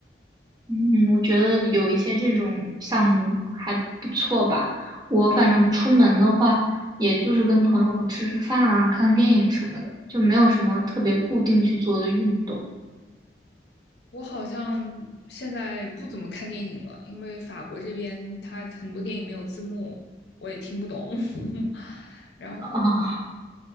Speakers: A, on the right (about 25°); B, on the left (about 70°).
A: 嗯，我觉得有一些这种项目还不错吧。我反正出门的话，也就是跟朋友吃吃饭啊，看看电影什么的，就没有什么特别固定去做的运动
B: 我好像现在不怎么看电影了，因为法国这边它很多电影没有字幕，我也听不懂。<laughs> 然后
A: 啊。